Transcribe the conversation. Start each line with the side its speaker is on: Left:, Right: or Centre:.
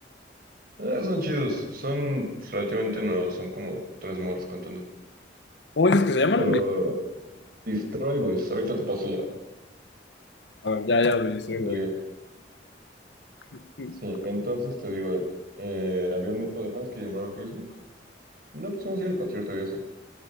Right: Eh, son chidos, son relativamente nuevos, son como tres morros contando.
Left: ¿Cómo dices que se llaman?
Right: Pero Destroy Boys, ahorita te paso la,
Left: A ver, ya, ya lo registré, güey.
Right: la,
Left: Ujú.
Right: Sí, entonces te digo, eh, había un grupo de fans que llamaron en Facebook. No, pues vamos a ir al concierto y eso.